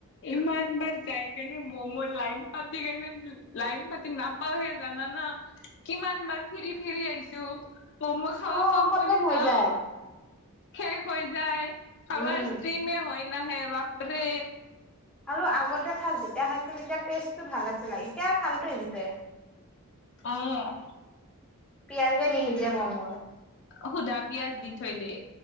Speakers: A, on the left; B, in the centre.
A: ইমান বাৰ যাই কেনে মমো লাইন পাতি কেনে লাইন পাতি নাপাওহে জানানা কিমান বাৰ ফিৰি ফিৰি আহিছো মম' খাব
B: অ
A: পাম
B: খতম
A: বুলি
B: হৈ
A: যাও
B: যায়
A: শেষ হৈ যায় কাবাৰ
B: উম
A: ষ্টিমে হৈ নাহে বাপৰে
B: আৰু আগতে ফাষ্ট যেতিয়া খাইছিলোঁ তেতিয়া টেষ্টটো ভাল আছিলে এতিয়া ফালটো আহিছে
A: অহ
B: পিয়াজে নিসিজে ম'ম'ৰ
A: সুদা পিয়াজ দি থৈ দে